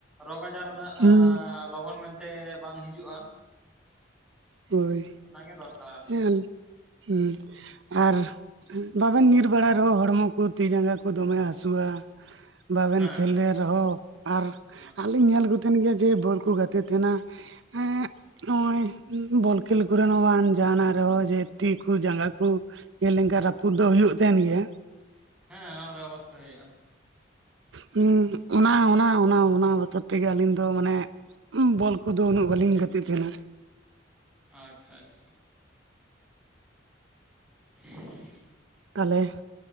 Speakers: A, in the centre; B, on the right.
A: ᱨᱳᱜᱽ ᱟᱡᱟᱨ ᱩᱱᱟᱹᱜ
B: ᱦᱩᱸ
A: ᱞᱚᱜᱚᱱ ᱢᱮᱱᱛᱮ ᱵᱟᱝ ᱦᱤᱡᱩᱜᱼᱟ᱾
B: ᱦᱳᱭ
A: ᱚᱱᱟᱜᱮ ᱫᱚᱨᱠᱟᱨ ᱟᱨᱠᱤ
B: ᱦᱮᱸ ᱦᱮᱸ᱾ ᱟᱨ ᱵᱟᱵᱮᱱ ᱧᱤᱨ ᱵᱟᱲᱟ ᱨᱮᱦᱚᱸ ᱦᱚᱲᱢᱚ ᱠᱚ ᱛᱤ ᱡᱟᱸᱜᱟ ᱠᱚ ᱫᱚᱢᱮ ᱦᱟᱹᱥᱩᱣᱟ᱾ ᱵᱟᱵᱮᱱ
A: ᱦᱮᱸ
B: ᱠᱷᱮᱞ
A: ᱦᱮᱸ
B: ᱞᱮ ᱨᱮᱦᱚᱸ ᱟᱨ
A: ᱦᱮᱸ
B: ᱟᱞᱤᱧ ᱧᱮᱞᱼᱼ ᱛᱟᱦᱮᱱ ᱜᱮᱭᱟ ᱡᱮ ᱵᱚᱞ ᱠᱚ ᱜᱟᱛᱮᱜ ᱛᱟᱦᱮᱱᱟ ᱮᱜ ᱱᱚᱜᱼᱚᱭᱼᱼ ᱵᱚᱞ ᱠᱷᱮᱞ ᱠᱚᱨᱮ ᱦᱚᱸ ᱵᱟᱝ ᱡᱟᱦᱱᱟᱜ ᱨᱮᱦᱚᱸ ᱡᱮ ᱛᱤ ᱠᱩ ᱡᱟᱸᱜᱟ ᱠᱩᱼᱼ ᱧᱮᱞ ᱞᱮᱱᱠᱟ ᱨᱟᱹᱯᱩᱫ ᱫᱚ ᱦᱩᱭᱩᱜ ᱛᱟᱦᱮᱱ ᱜᱮᱭᱟ᱾
A: ᱦᱮᱸ ᱚᱱᱟ ᱫᱚ ᱚᱵᱚᱥᱥᱳᱭ ᱦᱳᱭᱳᱜᱼᱟ᱾
B: ᱦᱮᱸ ᱚᱱᱟ ᱚᱱᱟ ᱚᱱᱟ ᱚᱱᱟ ᱵᱚᱛᱚᱨ ᱛᱮᱜᱮ ᱟᱹᱞᱤᱧ ᱫᱚ ᱢᱟᱱᱮᱼᱼ ᱵᱚᱞ ᱠᱚᱫᱚ ᱩᱱᱟᱹᱜ ᱵᱟᱞᱤᱧ ᱜᱟᱛᱮᱜ ᱛᱟᱦᱮᱱᱟ᱾
A: ᱟᱪᱪᱷᱟ ᱟᱪᱪᱷᱟ᱾ <unintelligible>
B: ᱛᱟᱦᱚᱞᱮ